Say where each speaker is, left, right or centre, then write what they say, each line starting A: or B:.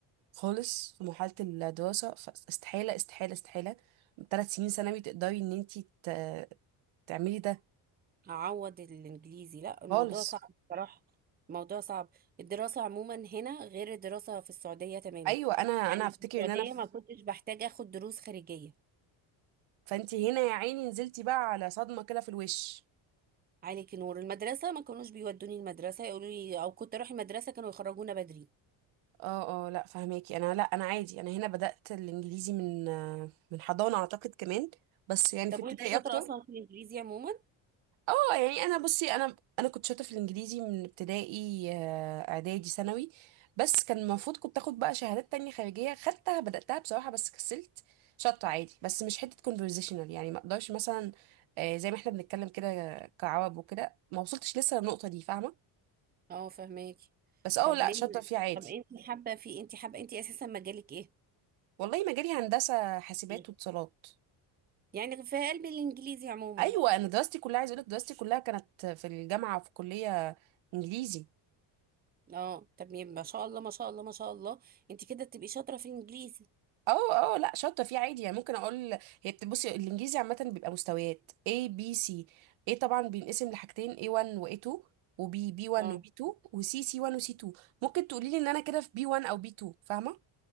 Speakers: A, on the right (about 80°); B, on the right (about 20°).
A: خالص في مرحله الدراسه فاستحاله استحاله استحاله ثلاث سنين ثانوي تقدري ان انتي ت- تعملي ده
B: اعوض الانجليزي لا الموضوع
A: خالص
B: صعب بصراحة الموضوع صعب الدراسة عموما هنا غير الدراسة في السعودية تماما
A: ايوه انا
B: يعني
A: انا افتكر
B: في السعودية
A: ان انا ف...
B: ما كنتش بحتاج اخد دروس خارجية
A: فانتي هنا يا عيني نزلتي بقى على صدمه كده في الوش
B: عليك نور المدرسة ما كانوش بيودوني المدرسة يقولوا لي او كنت اروح المدرسة كانوا يخرجونا بدري
A: اه اه لا فهماكي انا لا انا عادي انا هنا بدأت الانجليزي من آه، من حضانه اعتقد كمان بس يعني
B: طب
A: في ابتدائي
B: وانت شاطرة
A: اكتر
B: اصلا في الانجليزي عموما
A: اه يعني انا بصي انا انا كنت شاطره في الانجليزي من ابتدائي آه، اعدادي ثانوي بس كان المفروض كنت اخد بقى شهادات تانية خارجيه خدتها بداتها بصراحه بس كسلت شاطره عادي بس مش حته conversational يعني ما اقدرش مثلا آه، زي ما احنا بنتكلم كده كعرب وكده ما وصلتش لسه للنقطه دي فاهمه
B: اه فهماكي
A: بس اه
B: طب
A: لا
B: ليه
A: شاطره فيه عادي
B: طب انت حابه في انت حابه انت اساسا مجالك ايه
A: والله مجالي هندسه حاسبات
B: إيه؟
A: واتصالات
B: يعني في قلبي الانجليزي عموما
A: ايوه انا دراستي كلها عايز اقول لك دراستي كلها كانت في الجامعه في كليه انجليزي
B: اه طب يبقى ما شاء الله ما شاء الله ما شاء الله انت كده تبقي شاطره في الانجليزي
A: اه اه لا شاطره فيه عادي يعني ممكن اقول هي بت- بصي الانجليزي عامه بيبقى مستويات A B C A طبعا بينقسم لحاجتين A1 و A2 و B B1
B: اه
A: و B2 و C C1 و C2 ممكن تقولي لي ان انا كده في B1 او B2 فاهمه